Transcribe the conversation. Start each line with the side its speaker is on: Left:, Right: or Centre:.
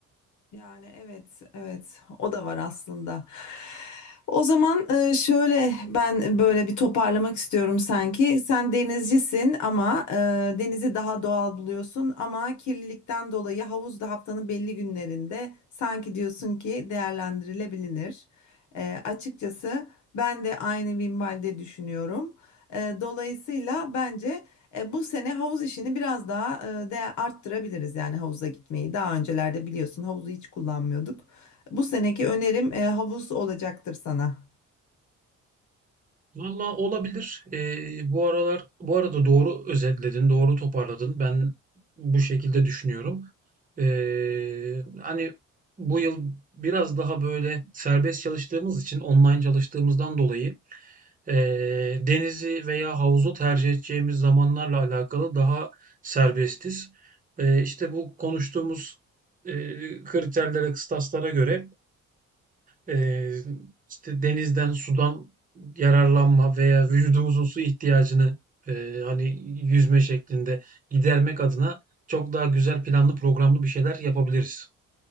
Left: Yani evet, evet o da var aslında. O zaman e, şöyle ben böyle bir toparlamak istiyorum sanki. Sen denizcisin ama e, denizi daha doğal buluyorsun ama kirlilikten dolayı havuz da haftanın belli günlerinde sanki diyorsun ki değerlendirilebilir. E, açıkçası ben de aynı minvalde düşünüyorum. E, dolayısıyla bence. E, bu sene havuz işini biraz daha e, de arttırabiliriz yani havuza gitmeyi. Daha öncelerde biliyorsun havuzu hiç kullanmıyorduk. Bu seneki önerim e, havuz olacaktır sana.
Right: Valla olabilir. Ee, bu aralar bu arada doğru özetledin, doğru toparladın. Ben bu şekilde düşünüyorum. Ee, hani bu yıl biraz daha böyle serbest çalıştığımız için online çalıştığımızdan dolayı ee, denizi veya havuzu tercih edeceğimiz zamanlarla alakalı daha serbestiz. Ee, işte bu konuştuğumuz ee, kriterlere, kıstaslara göre ee, işte denizden, sudan yararlanma veya vücudumuzun su ihtiyacını e, hani yüzme şeklinde gidermek adına çok daha güzel planlı programlı bir şeyler yapabiliriz.